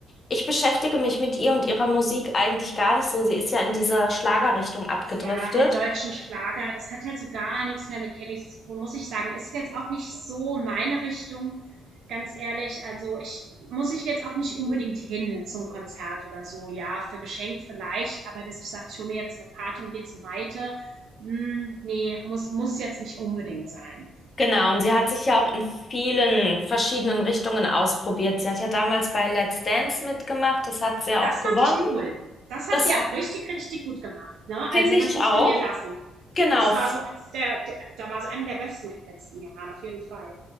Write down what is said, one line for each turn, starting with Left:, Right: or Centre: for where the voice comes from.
Left: ich beschäftige mich mit ihr und ihrer Musik eigentlich gar nicht so. Sie ist ja in dieser Schlagerrichtung abgedriftet.
Right: Ja, halt deutschen Schlager, das hat halt so gar nichts mehr mit Kellys zu tun, muss ich sagen. Ist jetzt auch nicht so meine Richtung, ganz ehrlich. Also, ich muss ich jetzt auch nicht unbedingt hin zum Konzert oder so. Ja, für geschenkt vielleicht, aber dass ich sage, ich hole mir jetzt eine Karte und gehe zu Maite, hm, ne, muss muss jetzt nicht unbedingt sein.
Left: Genau, und sie hat sich ja auch in vielen verschiedenen Richtungen ausprobiert. Sie hat ja damals
Right: Mhm.
Left: bei Let's Dance mitgemacht, das hat sie ja
Right: Das
Left: auch gewonnen.
Right: fand ich cool. Das hat
Left: Das
Right: sie auch richtig, richtig gut gemacht, ne?
Left: finde
Right: Also, das
Left: ich
Right: muss
Left: auch.
Right: man ihr lassen.
Left: Genau,
Right: Das
Left: f-
Right: war so eins der der da war so eine der besten in den letzten Jahren, auf jeden Fall.